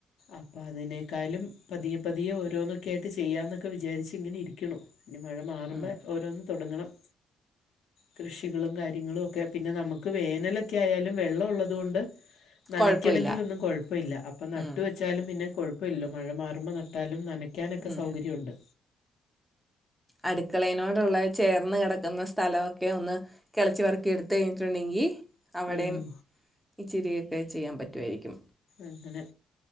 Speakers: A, on the left (about 75°); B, in the centre.
A: അപ്പം അതിനേക്കാലും പതിയെ പതിയെ ഓരോന്നൊക്കെ ആയിട്ട് ചെയ്യാ എന്നൊക്കെ വിചാരിച്ച് ഇങ്ങനെ ഇരിക്കണു ഇനി മഴ മാറുമ്പോ
B: ഉം
A: ഓരോന്ന് തൊടങ്ങണം കൃഷികളും കാര്യങ്ങളും ഒക്കെ പിന്നെ നമുക്ക് വേനലൊക്കെ ആയാലും വെള്ളം ഉള്ളതു കൊണ്ട് നനക്കണെങ്കിൽ
B: കൊഴപ്പവില്ല
A: ഒന്നും കോഴപ്പല്ല അപ്പ നട്ടുവെച്ചാലും
B: ഉം
A: പിന്നെ കോഴപ്പല്ലല്ലോ മഴ മാറുമ്പോ നട്ടാലും നന ക്കാനൊക്കെ
B: ഉം
A: സൗകര്യണ്ട്
B: അടുക്കളനോടുള്ള ചേർന്ന് കിടക്കുന്ന സ്ഥലോ ക്കെ ഒന്ന് കിളച്ചി പറക്കി എടുത്ത് കഴിഞ്ഞിട്ടുണ്ടെങ്കി അവിടേം
A: ഉം,
B: ഇച്ചിരിയൊക്കെ ചെയ്യാൻ പറ്റുമായിരിക്കും
A: അങ്ങനെ